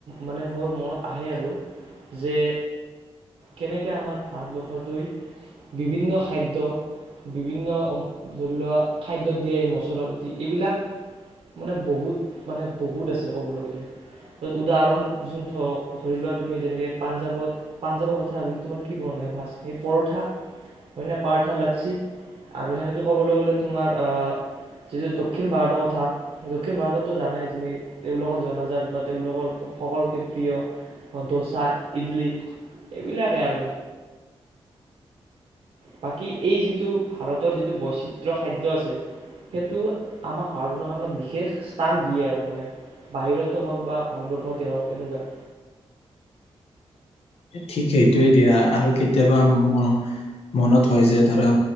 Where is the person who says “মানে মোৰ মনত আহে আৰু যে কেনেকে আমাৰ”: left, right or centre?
Right